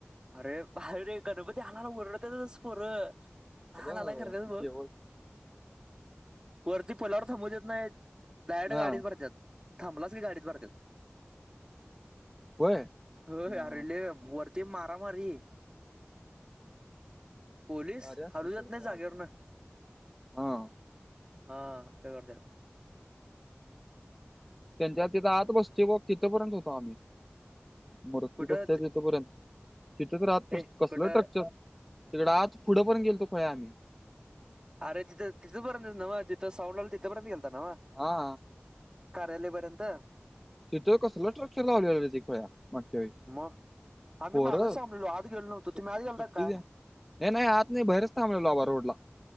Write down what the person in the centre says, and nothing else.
कसलं
शेवट
हा
होय
हा
भारी असती
सोड
खरं
आठवण
हा
त्यांच्या तिथे आत बसते ब तिथपर्यंत होतो आम्ही मूर्ती
बसते तिथपर्यंत. तिथंच रात
कसल
ट्रक्चर तिकडे आज पुढे परेत गेलतो खुळ्या आम्ही.
हा.
तिथं कसलं स्ट्रॅक्चर लावलेलं तर खुळ्या मागच्या वेळी.
पोरं
सु
सुट्टी
द्या नाही नाही आत नाही बाहेरच थांबलेलोबा रोडला